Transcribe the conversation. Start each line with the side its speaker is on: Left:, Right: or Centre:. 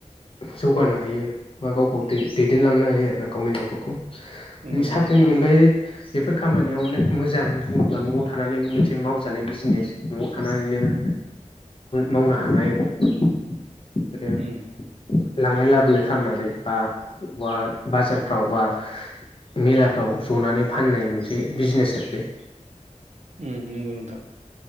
Left: जौगानो हायो। बा गावखौ
Right: उम
Left: दै-दैदेनलांनो हायो आरो ना गावनि न'खरखौ।
Right: नंगौ
Left: बे
Right: नंगौ
Left: साख्रिनि
Right: नोंथां
Left: अनगायै बेफोर खामानियावनो मोजां बुङोब्ला न'आव थानानै मोनसे मावजानाय बिजिनेस। न'आव थानानैनो मावनो हानाय। बेफोरो
Right: उम
Left: लांलाय लाबोलाय खालामनानै बा बुवा बाजारफ्राव बा मेलाफ्राव जनानै फाननाय मोनसे बिजनेस आरो बे।
Right: उम नोंंगौ नोंथां।